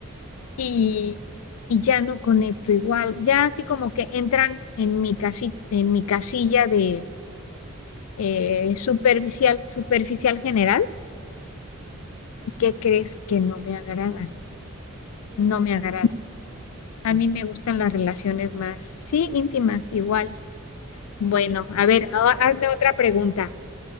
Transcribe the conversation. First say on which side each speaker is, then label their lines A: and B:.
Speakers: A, on the left; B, on the left.
A: Ajá,
B: y, y ya no conecto igual. Ya así como que entran en mi casi, en mi casilla de eh, superficial, superficial general.
A: ajá.
B: ¿Y qué crees que no me agrada?
A: Sí,
B: No
A: no, ya
B: me
A: está
B: agrada.
A: bueno tan padre.
B: A mí me gustan las relaciones más, sí, íntimas, igual. Bueno,
A: Sí,
B: a
A: y
B: ver,
A: yo
B: ha-
A: creo
B: hazme
A: que sí.
B: otra pregunta.